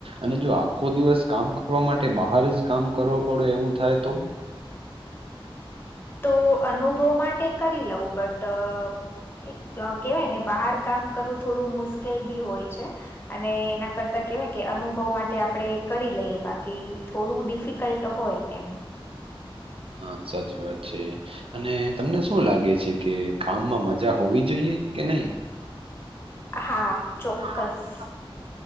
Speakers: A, on the right; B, on the left.
A: અને જો આખો દિવસ કામ કરવા માટે બહાર જ કામ કરવો પડે એવું થાય તો
B: તો અનુભવ માટે કરી લઉં બટ એક કેવાય ને બહાર કામ કરવું થોડું મુશ્કેલ બી હોય છે અને એના કરતા કેવાય કે અનુભવ માટે આપણે કરી લઈએ બાકી થોડું ડિફિકલ્ટ હોય એમ
A: હા સાચી વાત છે. અને તમને શું લાગે છે કે કામમાં મજા હોવી જોઈએ કે નહી?
B: હા. ચોક્કસ
A: હા